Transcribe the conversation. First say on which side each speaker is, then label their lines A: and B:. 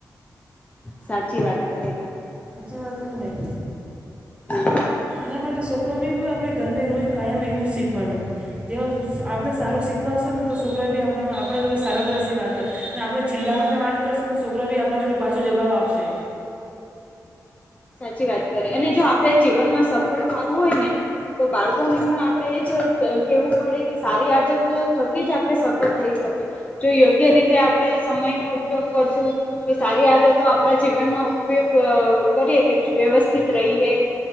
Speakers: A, on the left; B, on the right.
A: સાચી વાત કરી તમે
B: સાચી વાત કે નહીં
A: હમ
B: એના માટે છોકરો ને આપડણે ઘર રોજ કાયમ એવું જ શીખવાડવું જે આપણે સારું શીખવાશો ને તો શુકરા બી આપ આપણા જોડે સારા તરસ સ વાત કર ને આપણે છેલ્લાવીને વાત કરસંદ છોકરા બી આપણા જોડે પાછો જવાબ આપશે
A: સાચી વાત કરીે અને જો આપડે જીવનમાં સફળ થવું હોય ને તો બાળકોને પણ આપણે એ જ કહેવું પડે કે સારી આદત તો થકી જ આપણે સફળ થઈ શકીએ જો યોગ્ય રીતે આપણેે સમય નો ઉપયોગ કરશું કે સારી આદતો આપણા જીવનમાં ઉપયોગ કરીએ કે વ્યવસ્થિત રહીએ